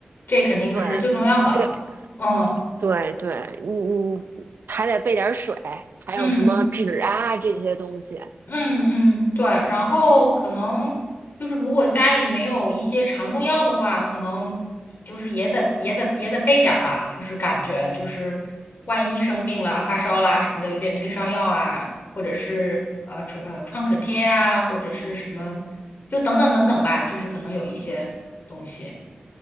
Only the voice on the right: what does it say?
对对
对对，嗯嗯，还得备点儿水，还有什么纸啊这些东西。